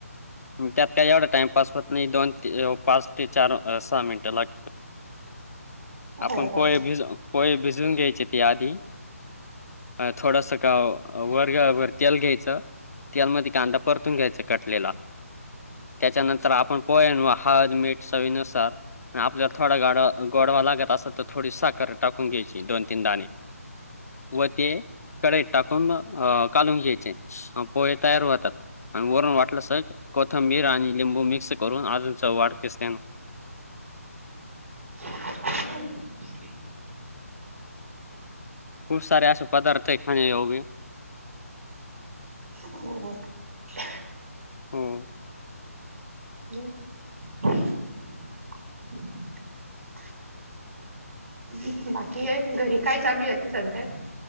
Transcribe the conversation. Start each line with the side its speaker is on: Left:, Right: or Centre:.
Left: त्यात काय एवढ टाइमपास हो नाही दोन ते पाच ते चार सहा मिनिटं लागत.
Right: हो
Left: आपण
Right: हो
Left: पोहे भिज पोहे भिजून घ्यायची. तिथे आधी, थोडासा काव वर अ घ्या च. तेलामध्ये कांदा परतून घ्यायचा कटलेला. त्याच्यानंतर आपण पोहे म हळद मीठ चवीनुसार आपल्याला थोडा गाड गोडवा लागत असत तर थोडी साखर टाकून घ्यायची दोन तीन दाणे व ते कढईत टाकून कालून घ्यायचे. पोहे तयार होतात आणि वरून वाटलंस कोथंबीर आणि लिंबू मिक्स करून अजून च वाढ दिसते ना.
Right: <inaudible>
Left: <unintelligible> सारे असेश पदार्थ हेत <unintelligible> <unintelligible> भी
Right: हो हो <unintelligible>
Left: होम
Right: <unintelligible> <inaudible> <inaudible> बाकी है घरी काय चालूये आता सध्यात